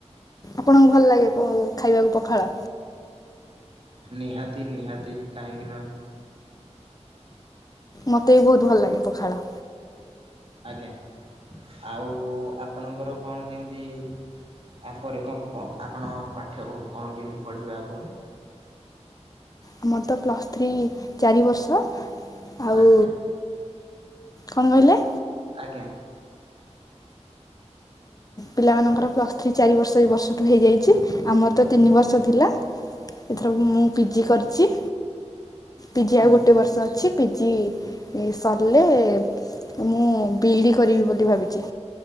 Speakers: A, on the left; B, on the right.
A: ଆପଣଙ୍କୁ ଭଲ ଲାଗେ ପ ଖାଇବାକୁ ପଖାଳ?
B: ନିହାତି ନିହାତି କାହିଁକି ନୁହେଁ।
A: ମତେ ବି ବହୁତ୍ ଭଲ ଲାଗେ ପଖାଳ।
B: ଆଜ୍ଞା ଆଉ ଆପଣଙ୍କର କଣ କେମିତି ଆ ପରେ କଣ ପ ଆପଣ ପାଠ୍ୟ କଣ କେମିତି ପଢ଼ିବେ ପରେ?
A: ଆମର ତ ପ୍ଲସ୍ ଥ୍ରୀ ଚାରି ବର୍ଷ ଆଉ
B: ଆଜ୍ଞା
A: କଣ କହିଲେ?
B: ଆଜ୍ଞା।
A: ପିଲାମାନଙ୍କର ପ୍ଲସ୍ ଥ୍ରୀ ଚାରି ବର୍ଷ ଏ ବର୍ଷଠୁ ହେଇଯାଇଛି ଆମର ତ ତିନି ବର୍ଷ ଥିଲା। ଏଥର ମୁଁ ପିଜି କରିଛି ପିଜି
B: ହୁଁ
A: ଆଉ ଗୋଟେ ବର୍ଷ ଅଛି। ପିଜି ସରିଲେ ମୁଁ ବିଇ ଡ଼ି କରିବି ବୋଲି ଭାବିଛି।